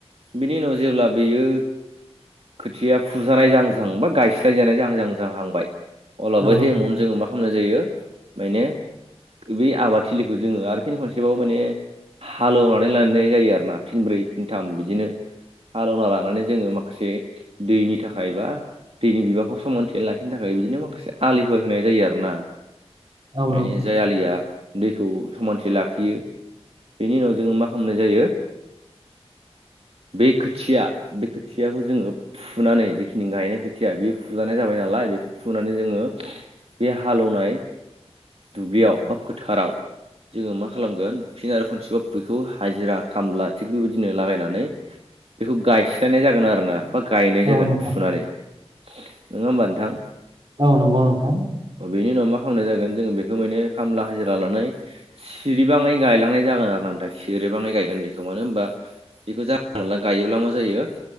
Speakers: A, on the right; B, on the right.
A: बिनि उनाव जेब्ला बेयो खोथिया फुजानाय जाहां जाहां बा गायस्लाय जानाय जाहां जाहां जाहांबाय अला
B: औ
A: बै
B: नोंथां
A: टाइमावनो जोङो मा खामनाय जायो मायने बै आबाद थिलिखौ जोङो आरो फिन खन सेबाव माने हालौनानै लानाय जायो आरोना फिनब्रै फिनथाम बिदिनो हालौना लानानै जोङो माखासे दैनि थाखाय बा दैनि बिबांखौ समानथियै लाखिनो थाखाय बिदिनो माखासे आलिफोर होनाय जायो आरो ना।
B: औ नोंथां
A: बिनि जाय आलिया दैखौ समानथि लाख बियो बेनि उनाव जोङो मा खामनाय जायो?
B: <inaudible>
A: बे खोथिया बे खोथियाखौ जोङो फुनानै जिखिनि गायनाय खोथिया बेयो फुजानाय जाबाय नालाय बेख फुनानै जोङो बे हालौनाय दुब्लियाव बा फोथाराव जोङो मा खालामगोन फिन आरो खनसेबाव बिखौ हाजिरा खामला थिग बेबायदिनो लागायनानै बेखौ गायस्लायनाय जागोन आरो ना बा गायनाय जागोन
B: औ नोंथां
A: फुनानै। नोङा होमबा नोंथां?
B: औ नंगौ नोंथां
A: अ बेनि उनाव मा खामनाय जागोन जोङो बेखौ मायने खामला हाजिरा लानाय सिरिबाङै गायलांनाय जागोन आरो ना नोंथा सिरिबाङै गायगोन बेखौ। मानो होनबा बेखौ जानला मोनला गायोब्ला मा जायो